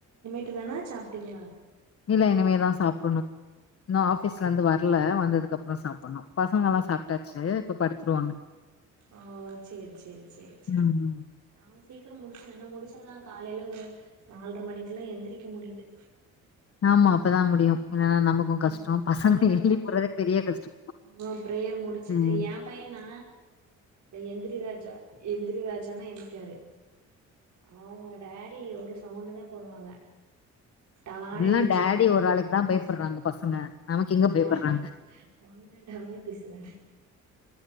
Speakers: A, on the right; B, on the left.
A: <unintelligible> சாப்பிட்டீங்களா
B: இல்ல இனிமேதா சாப்பிடணு இன்னு ஆஃபீஸ்ல இருந்து வரல வந்ததுக்கு அப்புற சாப்பிடணு பசங்க எல்லா சாப்பட்டாச்சு இப்ப படுத்துருவாங்க
A: ஓ ச்சேரி ச்சேரி ச்சேரி ச்சேரி
B: ம்
A: அவங்க சீக்கிரோ முடி சுர்னு முடிச்சாதா காலையில ஒரு நாலர மணிக்குள்ள எந்திரிக்க முடியுது
B: ஆமா அப்பதா முடியு இல்லன்னா நமக்கு கஷ்டோ
A: அ
B: பசங்க
A: முடிச்ச
B: எழுப்பிட்றதே பெரிய கஷ்டோ
A: <unintelligible> ஆ பிரேயர் முடிச்சுட்டு
B: ம்
A: எ பையன் நா எந்திரி ராஜா எந்திரி ராஜானா எந்திக்காது அவங்க டாடி ஒரு சவுண்ட் தா போடுவாங்க டான்னு
B: எல்லா
A: எந்திரிச்சு
B: டேடி
A: உக்காந்து
B: ஒரு ஆளுக் தா பயப்பட்றாங்க பசங்க நமக்கெங்க பயப்பட்றாங்
A: மா மம்மினா டம்மி பீஸு தான